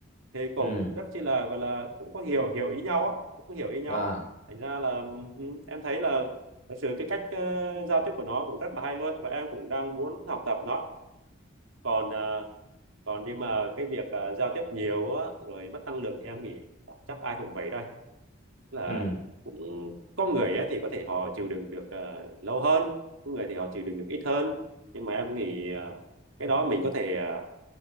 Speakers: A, on the right; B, on the left.
A: thì cũng
B: ừ
A: rất chi là gọi là cũng có hiểu hiểu ý nhau á, cũng có hiểu ý nhau
B: à
A: thành ra là ừ, em thấy là thật sự cái cách ờ, giao tiếp của nó cũng rất là hay luôn và em cũng đang muốn học tập nó còn ờ, còn nhưng mà cái việc ờ, giao tiếp nhiều á, rồi mất năng lượng thì em nghĩ chắc ai cũng vậy thôi là
B: ừ
A: cũng có người á, thì có thể họ chịu đựng được ờ, lâu hơn có người thì họ chịu đựng được ít hơn nhưng mà em nghĩ ờ, cái đó mình có thể ờ,